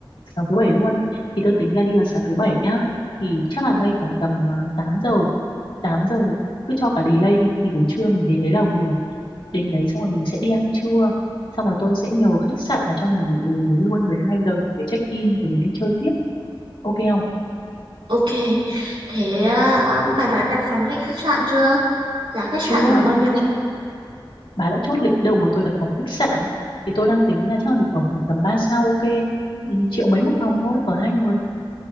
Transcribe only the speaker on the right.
Ok, thế à, bà đã đặt phòng khách khách sạn chưa? Giá khách
sạn là bao nhiêu?